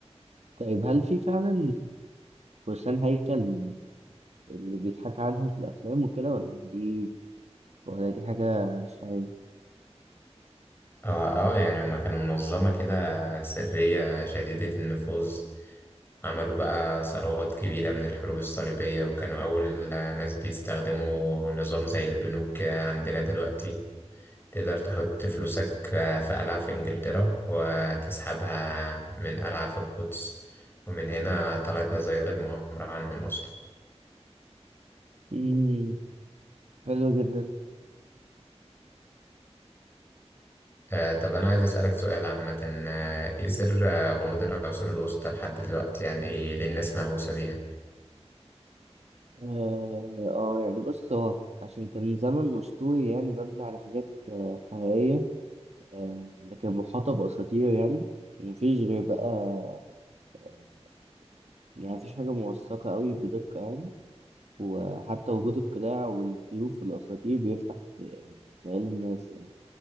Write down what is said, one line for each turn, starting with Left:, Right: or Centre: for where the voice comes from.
Right: طيب هل في فعلا فرسان هيكل اللي بيتحكى عنهم في الأفلام وكده ولا دي ولا دي حاجة مش حقيقية؟
Left: اه اه يعني هما كانوا منظمة كده سرية شديدة النفوذ عملوا بقى ثروات كبيرة من الحروب الصليبية وكانوا أول ناس بيستخدموا نظام زي البنوك كده عندنا دلوقتي تقدر تحط فلوسك في قلعة في إنجلترا وتسحبها من قلعة في القدس ومن هنا طلعت نظرية المؤامرة عنهم أصلا
Right: مم. حلو جدا
Left: آه، طب أنا عايز أسألك سؤال عامة آه، إيه سر آه، غموض العصور الوسطى لحد دلوقتي يعني ليه الناس مهووسة بيها؟
Right: آه, آه يعني بص هو عشان كان زمن أسطوري يعني مبني على حاجات آه، حقيقية آه، لكن محاطة بأساطير يعني ومفيش غير بقى آه، يعني مفيش حاجة موثقة أوي بدقة يعني وحتى وجود القلاع والسيوف والأساطير بيفتح في- خيال الناس يعني